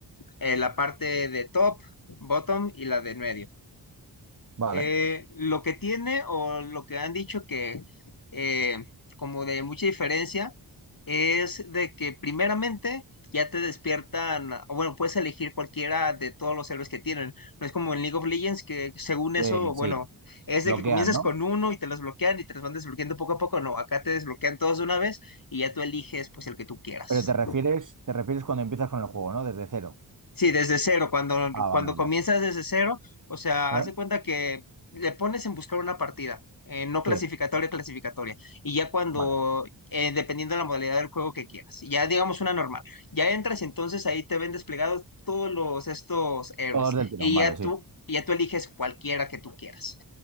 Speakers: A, on the left; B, on the right.
A: eh, la parte de top, bottom y la de en medio.
B: vale.
A: Eh, lo que tiene o lo que han dicho que eh, como de mucha diferencia es de que primeramente ya te despiertan, o bueno, puedes elegir cualquiera de todos los héroes que tienen. No es como en League of Legends que según
B: Que
A: eso, bueno,
B: sí,
A: es
B: bloquean,
A: de que comienzas
B: ¿no?
A: con uno y te los bloquean y te los van desbloqueando poco a poco. No, acá te desbloquean todos de una vez y ya tú eliges pues el que tú quieras.
B: Pero te refieres, te refieres cuando empiezas con el juego, ¿no? Desde cero.
A: Sí, desde cero, cuando,
B: Ah,
A: cuando
B: vale, vale.
A: comienzas desde cero, o sea,
B: ¿Eh?
A: haz de cuenta que le pones en buscar una partida, eh, no clasificatoria,
B: Sí,
A: clasificatoria, y ya cuando,
B: vale.
A: eh, dependiendo de la modalidad del juego que quieras, ya digamos una normal, ya entras y entonces ahí te ven desplegados todos los, estos héroes,
B: Todos del tirón,
A: y
B: vale,
A: ya
B: sí.
A: tú, ya tú eliges cualquiera que tú quieras.